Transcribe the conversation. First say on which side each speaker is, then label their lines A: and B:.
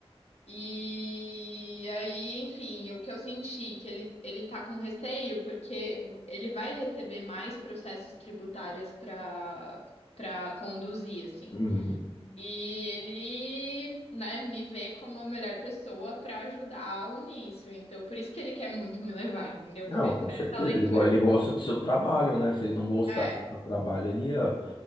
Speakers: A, on the left; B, on the left.
A: E aí, enfim, o que eu senti, que ele, ele tá com receio, porque ele vai receber mais processos tributários para para conduzir, assim.
B: Uhum.
A: E ele, né, me vê como a melhor pessoa para ajudá-lo nisso. Então, por isso que ele quer muito me levar, entendeu?
B: Não,
A: Foi,
B: com
A: foi
B: certeza.
A: essa a leitura.
B: Ele, go- ele gosta do seu trabalho, né? Se ele não gostasse
A: É,
B: do seu trabalho, ele ia,